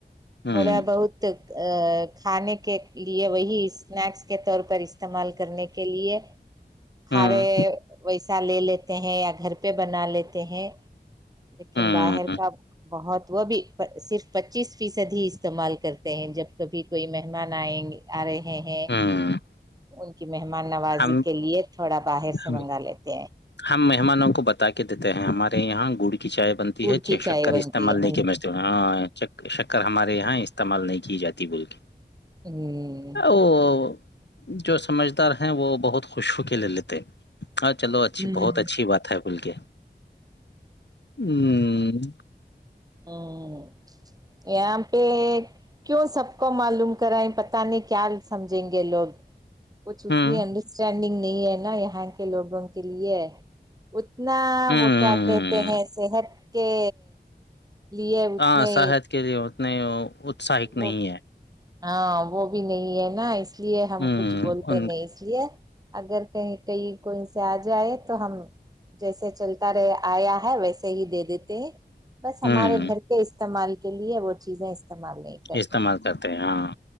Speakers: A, on the left (about 85°); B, on the right (about 20°).
A: ہوں
B: تھوڑا بہت کھانے کے لیے وہی اسنیکس کے طور پر استعمال کرنے کے لیے کھارے
A: ہوں
B: ویسا لے لیتے ہیں یا گھر پہ بنا لیتے ہیں لیکن
A: ہوں
B: باہر کا بہت وہ بھی صرف پچیس فیصد ہی استعمال کرتے ہیں جب کبھی کوئی مہمان آئیں گے آ رہے ہ ہ
A: ہوں
B: <unintelligible> کہ مہمان نوازی
A: ہم
B: کے لیے تھوڑا باہر سے
A: ہم
B: منگا لیتے ہیں
A: ہم مہمانوں کو بتا کے دیتے ہیں ہمارے یہاں گڑ کی چائے بنتی
B: گڑ
A: ہے چ
B: کی چائے
A: شکر
B: بنتی
A: استعمال
B: ہے
A: نہیں کیا ہاں شکر ہمارے یہاں استعمال نہیں کی جاتی بولک
B: ہ
A: وہ جو سمجھ ہیں وہ بہت خوشو کے لے لیتے ہ چلو اچھی بہت
B: ہوں
A: اچھی بات ہے بل کے ہوں
B: ہوں یہاں پہ کیوں سب کو معلوم کرائیں پتہ نہیں کیا سمجھیں گے لوگ کچھ اتنی
A: ہوں
B: انڈرسٹینڈنگ نہیں ہے نا یہاں کے لوگوں کے لیے اتنا
A: ہوں
B: وہ کیا کہتے ہیں صحت کے لیے اتنے
A: ہاں صحت کے لیے اتنے اتساہت
B: وہ
A: نہیں ہے
B: ہاں وہ بھی نہیں ہے نا اس لیے ہم
A: ہوں
B: کچھ بولتے
A: ان
B: نہیں اس لیے اگر کہیں کہیں کوئی سے آ جائے تو ہم جیسے چلتا رہ آیا ہے ویسے ہی دے دیتے ہیں بس ہمارے
A: ہوں
B: گھر کے استعمال کے لیے وہ چیزیں استعمال نہیں کرتے
A: استعمال کرتے ہیں ہاں